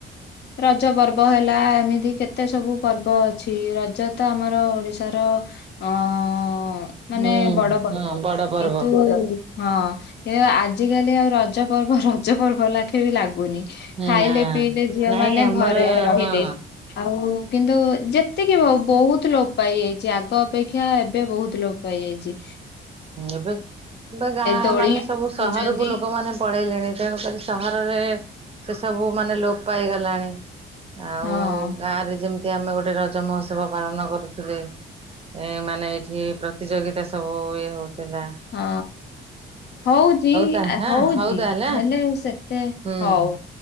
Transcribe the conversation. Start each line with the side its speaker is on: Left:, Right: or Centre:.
Left: ରଜ ପର୍ବ ହେଲା ଏମିତି କେତେ ସବୁ ପର୍ବ ଅଛି ରଜ ତ ଆମର ଓଡ଼ିଶାର ଅଁ ଉଁ। ମାନେ
Right: ହୁଁ
Left: ବଡ଼ ପର୍ବ
Right: ହଁ ବଡ ପର୍ବ
Left: କିନ୍ତୁ ହଁ କିନ୍ତୁ ଆ ଆଜିକାଲି ଆଉ ରଜ ପର୍ବ ରଜ ପର୍ବ ଲାଖେ ବି ଲାଗୁନି।
Right: ହୁଁ
Left: ଖାଇଲେ
Right: ହଁ।
Left: ପିଇଲେ ଝିଅ
Right: ନାଇଁ
Left: ମାନେ
Right: ଆମର
Left: ଘରେ ରହିଲେ।
Right: ହଁ
Left: ଆଉ କିନ୍ତୁ ଯେତିକି ହଉ ବହୁତ ଲୋପ୍ ପାଇଯାଇଛି ଆଗ ଅପେକ୍ଷା ଏବେ ବହୁତ ଲୋପ୍ ପାଇ ଯାଇଛି।
Right: ଏବେ ଗାଁ
Left: ଦୋଳି
Right: ମାନେ
Left: ଲଗଉଛନ୍ତି
Right: ସବୁ ସହରକୁ ଲୋକ ମାନେ ପଳେଇଲେଣି ତେଣୁକରି ସହରରେ ସେ ସବୁ ମାନେ ଲୋପ୍ ପାଇଗଲାଣି। ଆଉ
Left: ହଁ
Right: ଗାଁ ରେ ଯେମ୍- ତି ଆମେ ଗୋଟେ ରଜ ମହୋତ୍ସବ ପାଳନ କରୁଥିଲେ ଏ ମାନେ ଏଇଠି ପ୍ରତିଯୋଗିତା ସ୍ ସବୁ ଇଏ ହୋଉଥିଲା।
Left: ହଁ ହଉଛି
Right: ତାହେଲେ
Left: ଆ ହଉଛି
Right: ହଉ ତାହେଲେ
Left: ହେଲେ ସେ ତେ
Right: ହୁଁ।
Left: ହଉ